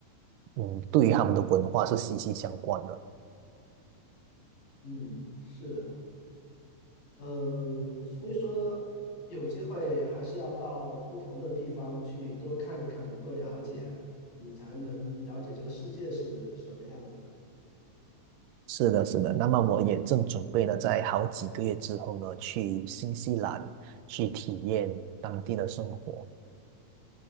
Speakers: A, on the right; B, on the left.
A: 嗯，对于他们的文化是息息相关的。
B: 嗯，是的，嗯，所以说有机会还是要到不同的地方去多看一看，多了解，你才能了解这个世界是什么样子的。
A: 是的，是的。那么我也正准备呢，在好几个月之后呢，去新西兰去体验当地的生活。